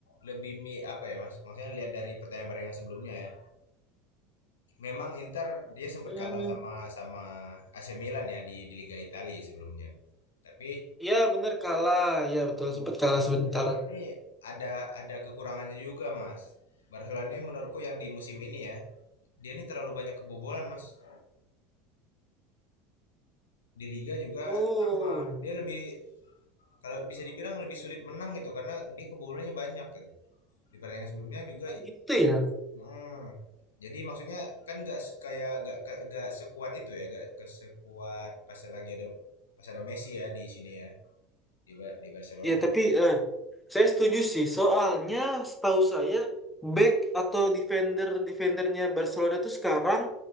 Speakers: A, on the left; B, in the centre.
A: lebih mi apa ya mas maksudnya lihat dari pertandingan pertandingan sebelumnya ya Memang Inter dia sempat
B: Hmm,
A: kalah sama sama AC Milan ya di, di Liga Italia sebelumnya. Tapi
B: ya bener kalah. Ya
A: Hmm.
B: betul, sempat
A: tapi
B: kalah sebentar.
A: Barcelona ini ada ada kekurangannya juga, Mas. Barcelona ini menurutku yang di musim ini ya, dia ini terlalu banyak kebobolan, Mas. Di liga juga
B: Oh,
A: sama. Dia lebih kalau bisa dibilang lebih sulit menang gitu karena dia kebobolannya banyak gitu. Di pertandingan sebelumnya juga
B: oh gitu ya.
A: Heeh. Jadi maksudnya kan nggak se- kayak nggak ke- nggak sekuat itu ya, nggak ke sekuat pas lagi ada pas ada Messi ya di sini ya di Ba- di Barcelona.
B: Ya tapi eh, saya setuju sih. Soalnya setahu saya back atau defender defendernya Barcelona tuh sekarang